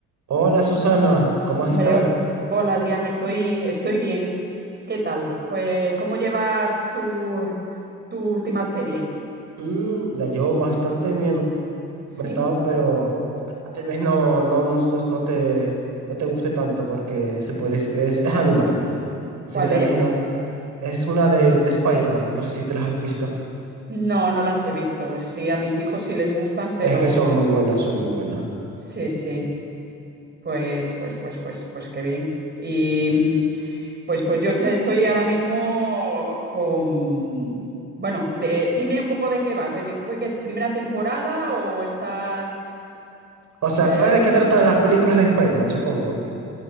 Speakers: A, on the right; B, on the right.
A: Hola Susana, ¿cómo has
B: Hombre,
A: estado?
B: hola Adrián, estoy, estoy bien. ¿Qué tal? Cue- ¿Cómo llevas tu, tu última serie?
A: Mm, la llevo bastante bien.
B: ¿Sí?
A: Me ha estado, pero tal vez no, no, no, no, no te, no te guste tanto porque se podría, es, es animada. Así
B: ¿Cuál
A: que tal
B: es?
A: vez no. Es una de, de Spider-Man. No sé si te las has visto.
B: No, no las he visto. Sí, a mis hijos sí les gustan, pero
A: Es que son muy buenas, son muy buenas.
B: sí, sí. Pues, pues, pues, pues, pues qué bien. Y mm, pues, pues yo te- estoy ahora mismo con. Bueno, de- dime un poco de qué va. ¿Qué, qué es primera temporada o estás?
A: O sea,
B: eh,
A: ¿sabes de qué tratan las películas de Spider-Man, supongo?